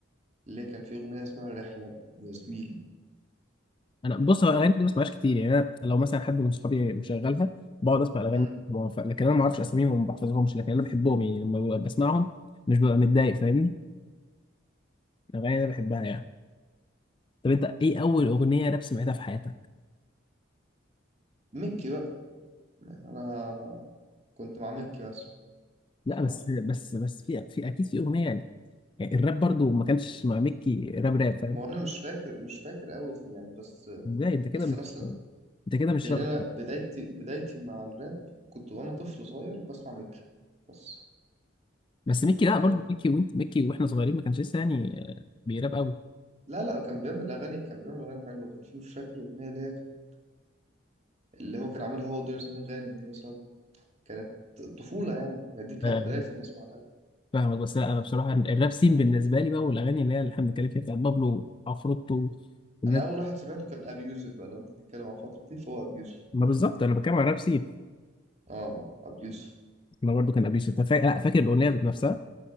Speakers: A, on the right; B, on the left.
A: اللي هي كان فيه أغنية اسمها رحلة ويا زميلي
B: انا بص هو الاغاني دي ما بسمعهاش كتير يعني انا لو مثلا حد من صحابي مشغلها بقعد اسمع الاغاني
A: أمم،
B: دي، هو ف- لكن انا ما اعرفش اساميهم وما بحفظهمش لكن انا بحبهم يعني لما ببقى بسمعهم مش ببقى متضايق فاهمني الاغاني انا بحبها يعني طب انت ايه اول اغنيه راب سمعتها في حياتك
A: مكي بقى يعني أنا كنت مع مكي مثلا
B: لا
A: صراحة
B: بس بس بس في في اكيد في اغنيه يعني, يعني الراب برضو ما كانش مع ميكي راب راب فاهم
A: ما هو انا مش فاكر مش فاكر قوي يعني بس
B: ازاي انت كده
A: بس
B: مش
A: مثلا
B: انت كده مش
A: يعني
B: راب
A: انا بدايتي بدايتي مع الراب كنت وانا طفل صغير بسمع ميكي بس
B: بس ميكي لا برضو
A: كان
B: ميكي وانت ميكي واحنا صغيرين ما كانش لسه يعني آه، بيراب قوي
A: لا لا كان بيعمل اغاني كان بيعمل اغاني حلوه كان في مش فاكر الاغنيه اللي هي كانت اللي هو كان عاملها هو ودنيا سمير غانم دي مثلا كانت طفوله يعني يعني دي كانت
B: لكن
A: بدايه الناس مع الراب
B: فاهمك بس لا انا بصراحه الراب سين بالنسبه لي بقى والاغاني اللي هي اللي احنا بنتكلم فيها بتاعت بابلو عفروتو والناس
A: انا اول واحد سمعته كان ابي يوسف بقى لو انت بتتكلم عن فترتي فهو ابي يوسف
B: ما بالظبط انا بتكلم على راب سين
A: اه ابي يوسف
B: انا برضو كان قبل انت فا... لا فاكر الاغنيه ذات نفسها